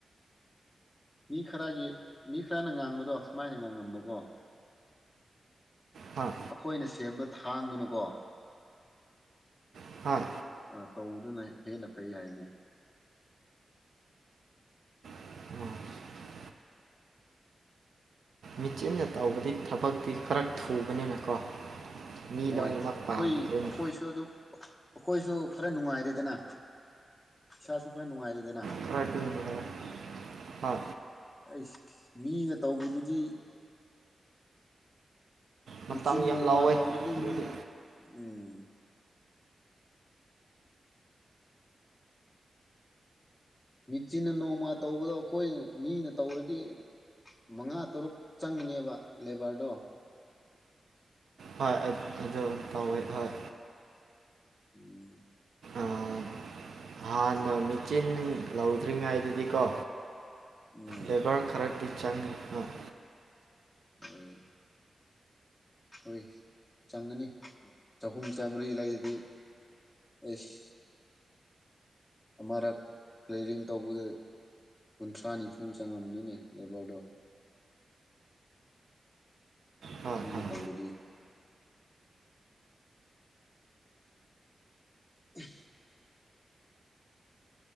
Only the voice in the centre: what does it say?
ꯃꯤ ꯈꯔꯒꯤ ꯃꯤ ꯈꯔꯅ ꯉꯥꯡꯕꯗꯣ ꯁꯨꯃꯥꯏꯅ ꯉꯥꯡꯉꯝꯕꯀꯣ
ꯑꯈꯣꯏꯅ ꯁꯦꯝꯕ ꯊꯥꯡꯗꯨꯅꯀꯣ
ꯑ ꯇꯧꯕꯗꯨꯅ ꯍꯦꯟꯅ ꯐꯩ ꯍꯥꯏꯅꯦ
ꯍꯣꯏ
ꯑꯈꯣꯏ ꯑꯈꯣꯏꯁꯨ ꯑꯗꯨꯝ ꯑꯈꯣꯏꯁꯨ ꯈꯔ ꯅꯨꯡꯉꯥꯏꯔꯦꯗꯅ ꯏꯁꯥꯁꯨ ꯈꯔ ꯅꯨꯡꯉꯥꯏꯔꯤꯗꯅ
ꯑꯩꯁ ꯃꯤꯅ ꯇꯧꯕꯗꯨꯗꯤ
ꯃꯤꯆꯤꯟ
ꯅꯣꯡꯃ
ꯇꯧꯔꯗꯤ
ꯃꯤ ꯎꯝ ꯃꯦꯆꯤꯟꯅ ꯅꯣꯡꯃ ꯇꯧꯕꯗꯣ ꯑꯈꯣꯏꯅ ꯃꯤꯅ ꯇꯧꯔꯗꯤ ꯃꯉꯥ ꯇꯔꯨꯛ ꯆꯪꯅꯦꯕ ꯂꯦꯕꯔꯗꯣ
ꯎꯝ
ꯎꯝ
<unintelligible> ꯍꯣꯏ ꯆꯪꯉꯅꯤ ꯆꯍꯨꯝ ꯆꯥꯝꯕ꯭ꯔꯤ ꯂꯩꯔꯗꯤ ꯑꯩꯁ ꯑꯃꯔꯛ ꯀ꯭ꯂꯤꯌꯔꯤꯡ ꯇꯧꯕꯗ ꯀꯨꯟꯊ꯭ꯔꯥ ꯅꯤꯐꯨ ꯆꯪꯉꯝꯅꯤꯅꯦ ꯂꯦꯕꯔꯗꯣ
ꯃꯤꯅ
ꯇꯧꯔꯗꯤ <unintelligible>